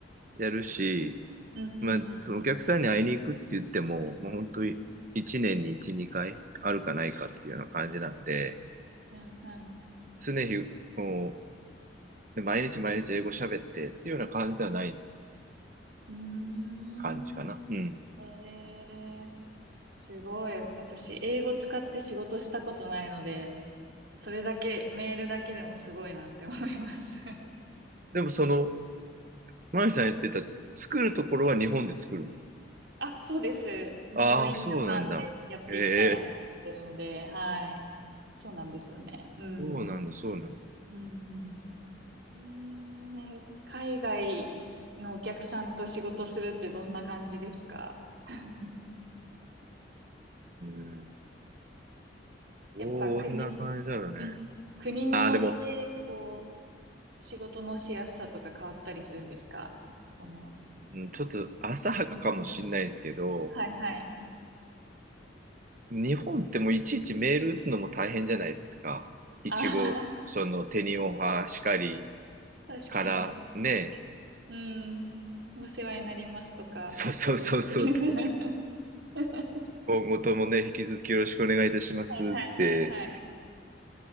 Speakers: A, on the right; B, on the right.
A: やるし、
B: うん、うん、
A: まあ、
B: うん。
A: そのお客さんに会いに行くって言っても、もう本当に1年に1、
B: うん、うん。
A: 2回あるかないかっていうような感じなんで、
B: うん、はい。
A: 常日、もう、で毎日毎日英語喋ってっていうような感じではない
B: うーん。
A: 感じかな。うん。
B: えーすごい。私、英語使って仕事したことないので、それだけ、メールだけでもすごいなって思います。<laughs>
A: でもその、マイさん言ってた、作るところは日本で作るの。
B: あ、そうです。メイドインジャパンでやっていきたいなと思ってるので、
A: ああ、そうなんだ。ええ、
B: はい。そうなんですよね。うん。
A: そうなんだ、そうなんだ。
B: うんうん。えー海外のお客さんと仕事するってどんな感じですか <laughs>
A: うん。こんな感じだよね。
B: やっぱ国、うん国によって、
A: ああ、でも、
B: こう、仕事のしやすさとか変わったりするんですかその、
A: うんちょっと浅はかかもしんないですけど、
B: うんうんはいはい。
A: 日本ってもういちいちメール打つのも大変じゃないですか。いちごそのテニオハしかり
B: あはは、確かに。
A: からね、
B: うん。お世話になりますとか、
A: そうそうそうそうそう。
B: そういうやつ。<laughs> は
A: 今後ともね、引き続きよろしくお願いいたしますって。
B: いはいはいはい。